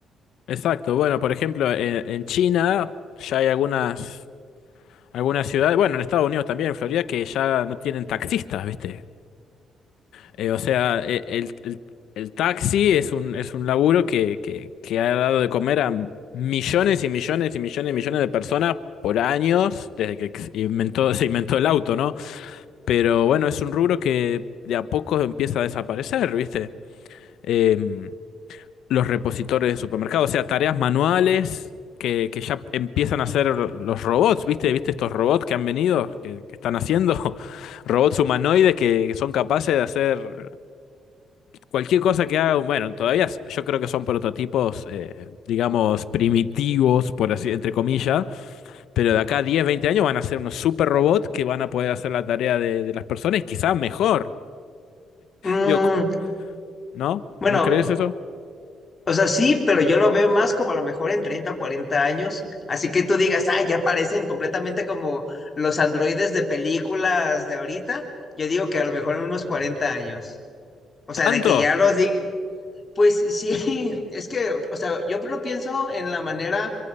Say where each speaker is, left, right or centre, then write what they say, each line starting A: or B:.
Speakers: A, on the left (about 80°); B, on the left (about 35°).
A: exacto, bueno, por ejemplo, eh, en China ya hay algunas, algunas ciudades, bueno, en Estados Unidos también, en Florida, que ya no tienen taxistas, ¿viste? Eh, o sea, e- el, el- el taxi es un, es un laburo que, que, que ha dado de comer a millones y millones y millones y millones de personas por años, desde que ex- inventó, <laughs> se inventó el auto, ¿no? Pero bueno, es un rubro que de a poco empieza a desaparecer, ¿viste? Em, los repositores de supermercados, o sea, tareas manuales que, que ya empiezan a hacer los robots, ¿viste? ¿Viste estos robots que han venido, que, que están haciendo? <laughs> Robots humanoides que que son capaces de hacer. Cualquier cosa que hagan, bueno, todavía s- yo creo que son prototipos, eh, digamos, primitivos, por así, entre comillas, pero de acá a 10, 20 años van a ser unos super robots que van a poder hacer la tarea de, de las personas y quizás mejor.
B: Mm,
A: Digo, c- ¿no?
B: bueno,
A: ¿No crees eso?
B: o sea, sí, pero yo lo veo más como a lo mejor en treinta o 40 años. Así que tú digas, ah, ya parecen completamente como los androides de películas de ahorita. Yo digo que a lo mejor en unos 40 años. O sea,
A: ¿Tanto?
B: de que ya los di. Pues sí, <laughs> es que, o sea, yo lo pienso en la manera